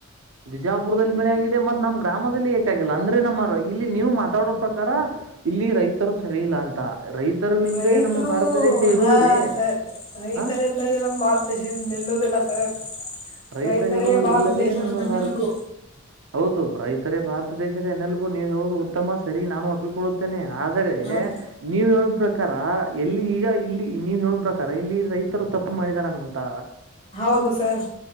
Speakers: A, on the right; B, on the left.
A: ಬಿಜಾಪುರದಲ್ಲಿ ಮಳೆ ಆಗಿದೆ ಮತ್ ನಮ್ ಗ್ರಾಮದಲ್ಲಿ ಹಏಕಾಗಿಲ್ಲ ಅಂದ್ರೆ ನಮ್ಮ ಇಲ್ಲಿ ನೀವು ಮಾತ್ರ ಮಾತಾಡೋ ಪ್ರಕಾರ ಇಲ್ಲಿ ರೈತರು ಸರಿ ಇಲ್ಲ ಅಂತ ರೈತರು ಇಲ್ದೆ
B: ರೈತರು
A: ನಮ್ಮ ಭಾರತ ದೇಶ
B: ಹಾ
A: ಇರುವುದೇ
B: ಸರ್ ರೈತರೆ
A: ಹ
B: ಎಲ್ಲದೆ ನಮ್ ಭಾಳ್ತಷ ನಿೆಲ್ಲೋದಲ್ಲ ಸರ್
A: ರೈತ
B: ರೈತರೇ
A: ಇರು
B: ಭಾರತ
A: ಇಲ್ಲದೆೇ
B: ದೇಶದ
A: ನಮ್ಮ <unintelligible>
B: ಬೆನ್ನೆಲುಬು
A: ಭಾರತ ಹೌದು ರೈತರೇ ಭಾರತ ಪ್ರದೇಶದ ಎನ್ನೆಲ್ಬು ನೀವು ಹೇಳುವುದು ಉತ್ತಮ ಸರಿ ನಾನು ಒಪ್ಪಿಕೊಳ್ಳುತ್ತೇನೆಾ ಆದರೆ
B: ಹ
A: ನೀವ ಹೇಳ ಪ್ರಕಾರ ಎಲ್ಲಿ ಈಗ ಇಲ್ಲಿ ನೀವ <unintelligible> ಹೇಳ ಪ್ರಕಾರ ಇಲ್ಲಿ ರೈತರು ತಪ್ಪು ಮಾಡಿದಾರ ಅನ್ವಂತ
B: ಹೌದು ಸರ್